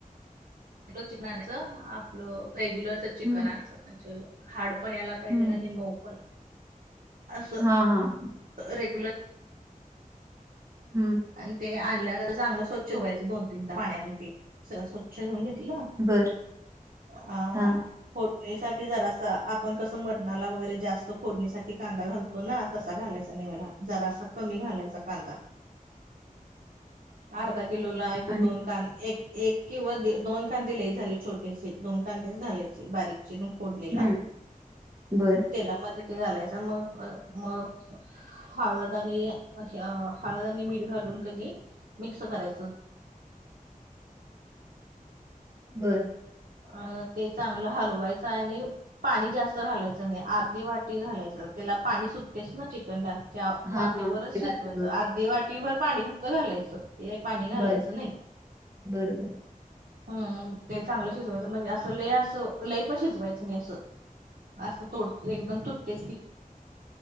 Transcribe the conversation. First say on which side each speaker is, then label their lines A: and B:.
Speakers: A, on the right; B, on the right.
A: चिकन आणचं आपलं रेग्युलरच चिकन
B: हम्म
A: आणचं म्हणजे.. पण याला पाहिजे
B: हम्म
A: आणि मऊ पण अस.
B: हां हां.
A: रे.
B: हम्म
A: आणि ते आणल्यान चांगलं स्वच्छ धुवायचं दोन तीनदा पाण्या ते सगळं स्वच्छ धुवून घेतलं.
B: बर
A: ह.
B: हा
A: फोडणीसाठी जरा स आपण कसं मरणाला वगैरे जास्त फोडणीसाठी कांदा घालतो ना तस. घालायचा नि याला जरा सा कमी घालायचा कांदा अर्धा. किलोला एक
B: आणि
A: दोन कांद एक एक किंवा दोन कांदे लई झाले छोटेसे दोन कांदेच झाले. बारीक चिरून. फोडणीला
B: हम्म बर
A: तेलामध्ये ते घालायच मग मग. हळद आणि हळद आणि मीठ घालून कणी. मिक्स करायचं.
B: बरं.
A: अ ते चांगलं हलवायचं आणि. पाणी जास्त घालायचं नाही अर्धी वाटी घालायचं त्याला पाणी सु. चिकनद ला त्या
B: हा
A: वाफेवरच
B: हा
A: शिजवायचं
B: बर
A: अर्धे वाटी भर पाणी फक्त घालायचं. य पाणी घालायचं
B: बर
A: नाही.
B: बर बर
A: हम् ते चांगलं शिजवायचं म्हणजे असं लय असं लय पण शिजवायचं नाही असं. असं तोड एकदम तुटेस्.